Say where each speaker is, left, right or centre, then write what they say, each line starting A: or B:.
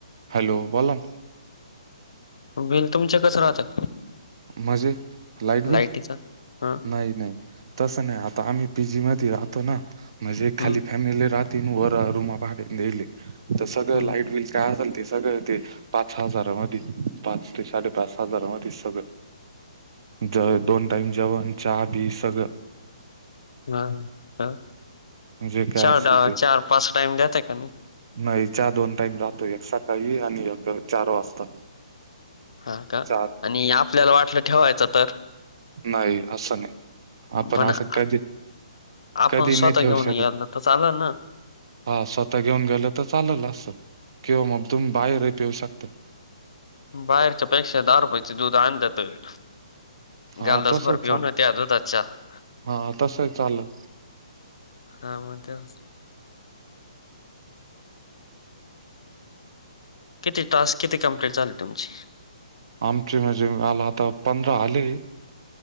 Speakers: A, on the right; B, on the left.
A: हॅलो बोलना.
B: बिल तुमच्या कं राहत
A: मजे लाईट बिल,
B: लाईटीचं? हां,
A: नाही नाही. तस नाही आता आम्ही पीजी म राहतो ना म्हणजे खाली
B: हं,
A: फॅमिले रातीन वर रूमा भागले तर सगळं
B: हं.
A: लाईट बिल का. ते सगळं ते पाच हजारामध्ये पाच ते साडेपाच हजारामध्ये सगळं. ज दोन टाईम जेवण चहा बी सगळं.
B: हा हा
A: जे काय
B: चार
A: असेल
B: डा
A: ते
B: पाच टाइम देते का नाही.
A: नाही चहा दोन टाईम राहतो एक सकाळी आणि एक चार वाजता.
B: हा का
A: चार
B: आणि आपल्याला वाटलं ठेवायचं तर.
A: नाही असं नाही आपण
B: पण
A: असं
B: आ
A: कधी.
B: आपण
A: कधी नाही
B: स्वतः
A: ठेवू
B: घेऊन
A: शकत
B: याय ना तर चालं ना.
A: हा स्वतः घेऊन गेलं तर चालल असं किंवा मग तुम्ही बाहेरही पेऊ शकता.
B: बाहेरच्या पेक्षा दहा रुपयाचे दूध आण दात वेट.
A: हा
B: गलभर
A: तसही
B: पिऊ
A: चाल
B: ना त्या दुधाचा चहा.
A: हा तसं चाललय.
B: हा म तेच. किती टास्क किती कमप्लीट झाली तुमची.
A: आमचे म्हणजे आला आता पंधरा आले.